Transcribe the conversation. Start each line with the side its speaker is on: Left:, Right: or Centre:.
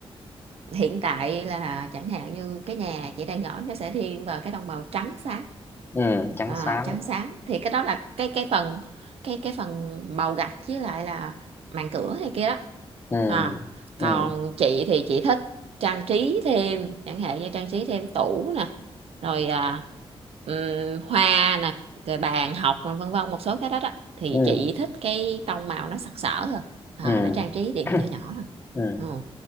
Right: hiện tại là chẳng hạn như cái nhà chị đang ở nó sẽ thiên vào cái tông màu trắng sáng
Left: ừ trắng
Right: à,
Left: xám
Right: trắng sáng thì cái đó là cái cái phần cái cái phần màu gạch với lại là màn cửa hay kia đó
Left: ừ
Right: à, còn
Left: ừ
Right: chị thì chị thích trang trí thêm chẳng hạn như trang trí thêm tủ nè rồi à, ừm, hoa nè rồi bàn học nè, vân vân một số cái đó đó thì
Left: ừ
Right: chị thích cái tông màu nó sặc sỡ thôi à,
Left: ừ
Right: nó trang trí điểm
Left: <coughs>
Right: nhỏ nhỏ thôi
Left: ừ
Right: Ừ.